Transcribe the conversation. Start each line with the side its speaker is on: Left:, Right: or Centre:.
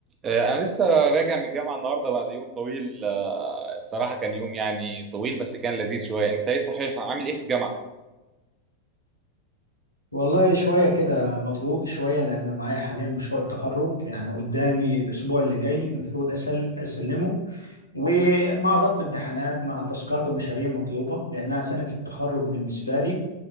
Right: آه، أنا لسه راجع من الجامعة النهاردة بعد يوم طويل آه، الصراحة كان يوم يعني طويل بس كان لذيذ شوية أنت إيه صحيح عامل إيه في الجامعة؟
Left: والله شوية كده مضغوط شوية لأن معايا حاليا مشروع التخرج يعني قدامي الأسبوع اللي جاي المفروض أسل أسلمه ومع ضغط امتحانات مع تاسكات ومشاريع مطلوبة لأنها سنة التخرج بالنسبة لي